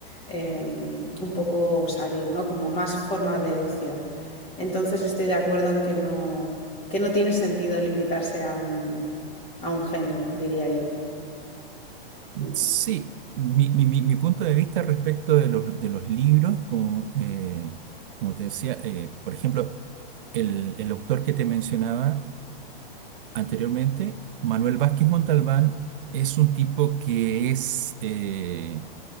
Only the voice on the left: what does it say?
eh, un poco salir, ¿no? Como más forma de ocio. Entonces estoy de acuerdo en que no, que no tiene sentido limitarse a un, a un género, diría yo. Mm.